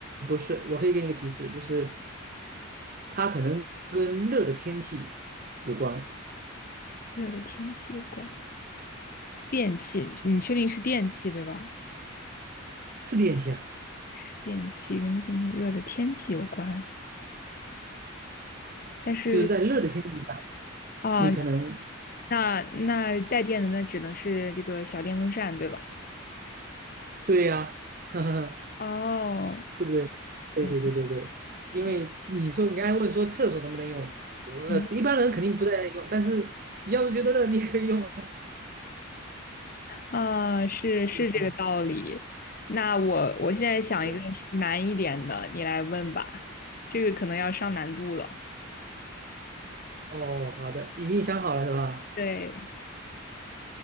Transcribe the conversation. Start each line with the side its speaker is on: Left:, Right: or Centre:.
Right: 不是，我可以给你个提示，就是它可能跟热的天气有关，
Left: 热的天气有关，电器，你确定是电器对吧？
Right: 是练习啊，
Left: 是电器跟电热的天气有关，但是
Right: 就是在热的天气下，
Left: 啊，
Right: 你可能
Left: 那那带电的那只能是这个小电风扇对吧？
Right: 对呀、<laughs> 呵呵呵，
Left: 哦，
Right: 对不对？对对对对对，
Left: 嗯，行。
Right: 因为你说你刚才问说厕所能不能用，呃，
Left: 嗯。
Right: 一般人肯定不在那里用，但是你要是觉得热，你也可以用啊，
Left: 啊，是是这个道理。
Right: 对吧？
Left: 那我我现在想一个难一点的，
Right: 对
Left: 你来问吧。这个可能要上难度了。
Right: 哦，好的，已经想好了是吧？
Left: 对，